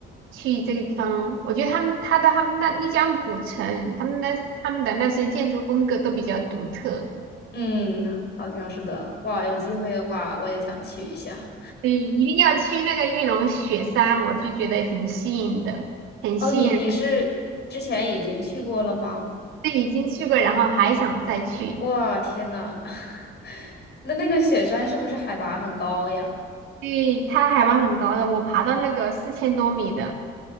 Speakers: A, on the right (about 90°); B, on the left (about 55°).
A: 去这个地方。我觉得他们他的他们那丽江古城，他们的他们的那些建筑风格都比较独特。
B: 嗯，好像是的。哇，有机会的话，我也想去一下。
A: 对，一定要去那个玉龙雪山，我就觉得很吸引的，很吸引人。
B: 哦，你你是之前已经去过了吗？
A: 对已经去过，然后还想再去。
B: 哇，天呐，<laughs> 那那个雪山是不是海拔很高呀？
A: 对，它海拔很高的，我爬到那个四千多米的，